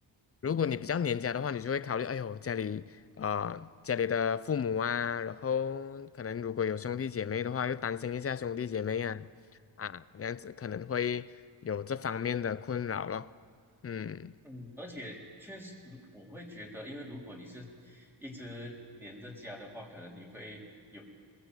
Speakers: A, on the left; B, in the centre.
A: 如果你比较黏家的话，你就会考虑，哎呦，家里啊、呃家里的父母啊，然后可能如果有兄弟姐妹的话，又担心一下兄弟姐妹啊，啊，这样子可能会有这方面的困扰咯。嗯，
B: 嗯，而且确实，如我会觉得，因为如果你是一直黏着家的话，可能你会有